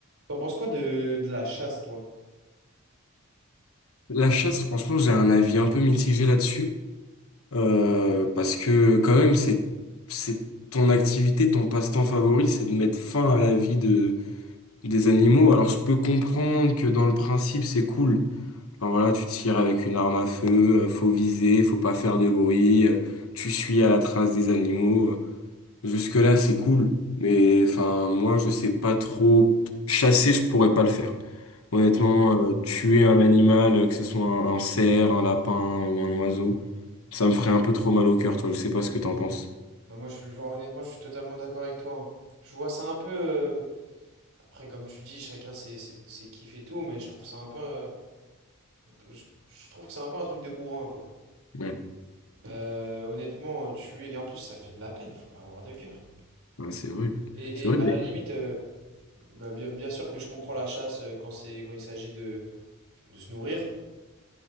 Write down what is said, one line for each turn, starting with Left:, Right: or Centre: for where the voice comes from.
Right: T'en penses quoi de, de la chasse, toi?
Left: La chasse, franchement, j'ai un avis un peu mitigé là-dessus, euh, parce que quand même, c'est c'est ton activité, ton passe-temps favori, c'est de mettre fin à la vie de des animaux. Alors, je peux comprendre que dans le principe, c'est cool. Enfin voilà, tu tires avec une arme à feu, euh, faut viser, faut pas faire de bruit, euh, tu suis à la trace des animaux. euh, Jusque-là, c'est cool, mais enfin, moi, je sais pas trop. Chasser, je pourrais pas le faire. Honnêtement,
Right: Ouais.
Left: euh, tuer un animal, euh, que ce soit un, un cerf, un lapin ou un oiseau, ça me ferait un peu trop mal au cœur, toi. Je sais pas ce que t'en penses.
Right: Bah moi, je, genre, honnêtement, je suis totalement d'accord avec toi. hein. Je vois ça un peu... euh, Après, comme tu dis, chacun ses, ses, ses kiffs et tout, mais je trouve ça un peu... euh, Je, je trouve que c'est un peu un truc de bourrin, quoi.
Left: Ouais,
Right: Euh, honnêtement, euh, tuer... Et en plus, ça fait de la peine, faut pas avoir de cœur.
Left: Ouais, c'est horrible.
Right: Et,
Left: C'est
Right: et
Left: horrible,
Right: à
Left: mais
Right: la limite, euh, bah, bien, bien sûr que je comprends la chasse euh, quand c'est, quand il s'agit de, de se nourrir.